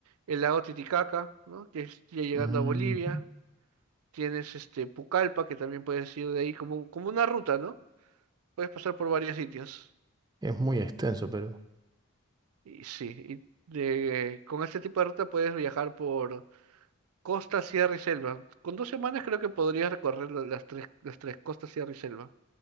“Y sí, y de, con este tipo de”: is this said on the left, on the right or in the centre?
Right